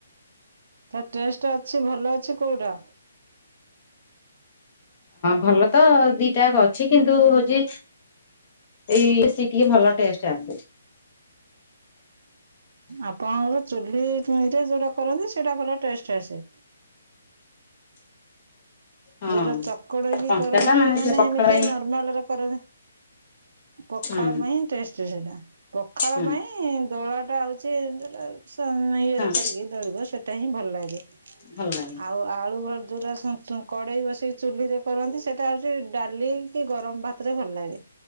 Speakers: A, on the right; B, on the left.
A: ତ ଟେଷ୍ଟ ଅଛି ଭଲ ଅଛି କଉଟା?
B: ଭଲ ତ ଦୁଇଟାକ ଅଛି କିନ୍ତୁ ହଉଛି ଏଇ <unintelligible> ଟିକେ ଭଲ ଟେଷ୍ଟ ଆସେ।
A: ଆପଣଙ୍କ ଚୁଲିରେ ଯୋଉଟା କରନ୍ତି ସେଇଟା ଭଲ ଟେଷ୍ଟ ଆସେ।
B: ହଁ।
A: ଯଉଟା ଚକଡ଼ିକି
B: କଞ୍ଚା
A: କରନ୍ତି
B: ଟା
A: ମାନେ
B: ସେ ପଖାଳ
A: ଏମିତି
B: ପାଇଁ
A: ନର୍ମାଲରେ କରା ପଖାଳ
B: ହୁଁ
A: ପାଇଁ ଟେଷ୍ଟ ସେଇଟା ପଖାଳ
B: ହୁଁ
A: ପାଇଁ ଦୋଳା ସେଟା ହଉଛି ଧର ୟେ
B: ହଁ
A: ରେ କରିକି ଦଳିବ ସେଇଟା ହିଁ ଭଲ ଲାଗେ।
B: ଭଲ ଲାଗେ
A: ଆଉ ଆଳୁ ଯୋଉଟା <unintelligible> କଡେଇ ବସେଇକି ଚୁଲିରେ କରନ୍ତି ସେଟା ହଉଛି। ଡାଲି କି ଗରମ ଭାତରେ ଭଲ ଲାଗେ।